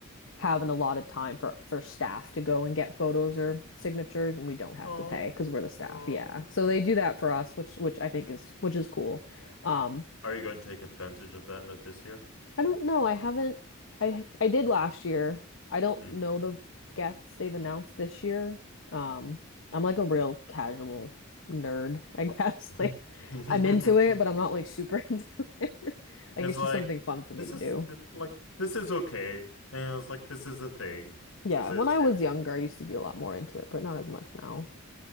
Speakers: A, on the left (about 65°); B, on the left (about 80°).
A: have an allotted time for for staff to go and get photos or signatures, and we don't have
B: Oh,
A: to pay because we're the staff.
B: oh.
A: Yeah, so they do that for us, which which I think is which is cool. Um,
B: Are you going to take advantage of that not this year?
A: I don't know. I haven't. I I did last year. I don't
B: Mm.
A: know the guests they've announced this year. Um, I'm like a real casual nerd, I guess.
B: <laughs>
A: <laughs> Like I'm into it, but I'm not like super <laughs> into it. Like
B: It's
A: it's
B: like
A: just something fun for me
B: this
A: to
B: is
A: do.
B: th- like this is okay, and it's like this is a thing.
A: Yeah,
B: This is
A: when I was
B: yeah,
A: younger, I used to be a lot more into it, but not as much now.